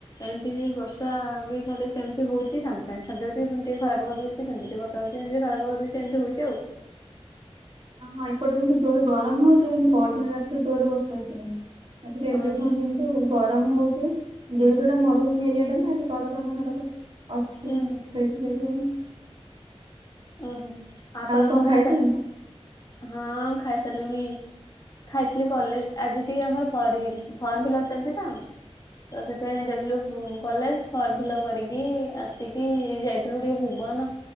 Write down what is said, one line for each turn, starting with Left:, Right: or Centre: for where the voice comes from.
Left: ଏମିତି ବି ବର୍ଷା ବି ଖାଲି ସେମିତି ହଉଛି ସାଙ୍ଗେ ସାଙ୍ଗେ ଛାଡିଯାଉଛି ଟିକେ ଖରାପ କରିଦଉଛି ସେମତି ଟିକେ ସବୁ ଦିନି ଏମିତି ଖରା ପାଗ ଦଉଚି ଏମିତି ହଉଛି ଆଉ।
Right: ଓ ହଁ ଏପଟେ କିନ୍ତୁ ଜୋରେ ଗରମ ହଉଛି କିନ୍ତୁ ପିନ ରାତିରେ ଜୋରରେ ବର୍ଷା ହେଇଥିଲା। ତାପରେ ଏବେ
Left: ଓହୋ।
Right: କଣ କିନ୍ତୁ ଗରମ ହଉଛି ଯେହତୁଟା ମରୁଭୁମି ଏରିଆ ଟା ନା ନା ଏଠି ଘରଗ ନା ଘରକ ଅଛି
Left: ଉୁଁ
Right: ସେଇଥିଲାଗି
Left: ହୁଁ
Right: ଆଉ।
Left: ଓହୋ ଆପଣଙ୍କର
Right: ଆଉ କଣ ଖାଇଛନ୍ତି?
Left: ଖାଇସା ହଁ ଖାଇସାରିଲୁଣି। ଖାଇଥିଲି କଲେଜ ଆଜି ଟିକେ ଆମର ଫର୍ ଫ ଲ ଚାଲିଛି ତ ତ ସେଥିପାଇଁ ଯାଇଥିଲୁ କଲେଜ ଫର୍ମ ଫିଲ୍ପ କରିକି ଆସିକି ଯାଇଥିଲୁ ଟିକେ ଭୁବନ। କୋହୁନ